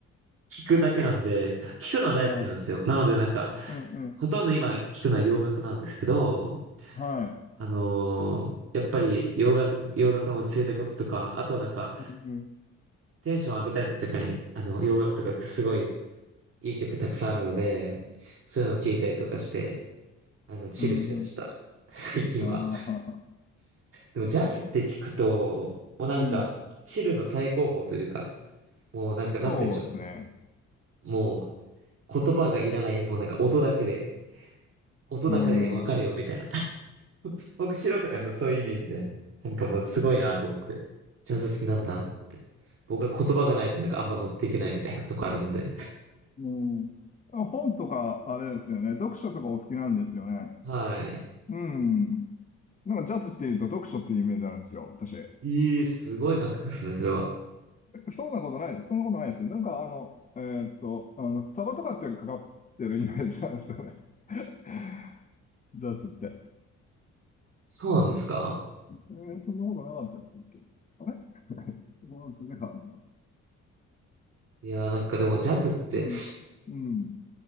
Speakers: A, on the right; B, on the left.
A: 聞くだけなんで、聞くのは大好きなんですよ。
B: <laughs> あ
A: なのでなんか、
B: ー、うん、うん、
A: ほとんど今聞くのは洋楽なんですけど、
B: はい。
A: あのーやっぱり洋楽、洋楽の落ち着いた曲とか、あとはなんか、
B: うん、うん、
A: テンション上げたい時とかに、あの、洋楽とかってすごいいい曲たくさんあるので、そういうのを聞いたりとかして、あの、チルしてました。
B: うん、うん。
A: <laughs> 最近は。
B: ああ、
A: でもジャズって聞くと、もうなんか、
B: うん。
A: チルの最高峰というか、もうなんか、
B: そうですね。
A: なんて言うんでしょう。もう、言葉がいらない、もうなんか音だけで、音だけで分かれよみたいな。
B: うん。う
A: <laughs> 僕、白とかそうそういうイメージで、なんかもうすごいなと思って、ジャズ好きなんだなと思って。僕は言葉がないとなんかあんま乗っていけないみたいなとこあるんで。
B: ん。あ本とか、あれですよね。読書とかお好きなんですよね。
A: はい。
B: うん。なんかジャズっていうと読書っていうイメージあるんですよ、私。え、
A: ええ、すごい感覚ですね、それは。
B: そんなことないです。そんなことないですよ。なんかあの、えーっと、あの、スタバとかってかかってるイメージなんですよね。<laughs> ジャズって。
A: そうなんですか
B: えーそんなことなかったですっけあれ <laughs> もうずれかな。
A: いやーなんかでもジャズって、
B: うん。うん。